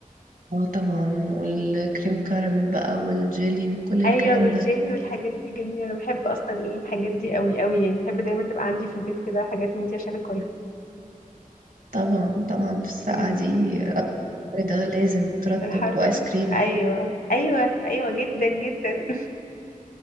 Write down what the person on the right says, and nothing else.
اه طبعا والكريم كراميل بقى والجيلي وكل الكلام
ده
طبعا طبعا في السقعة
دي الأمر ده لازم ترطب
وآيس كريم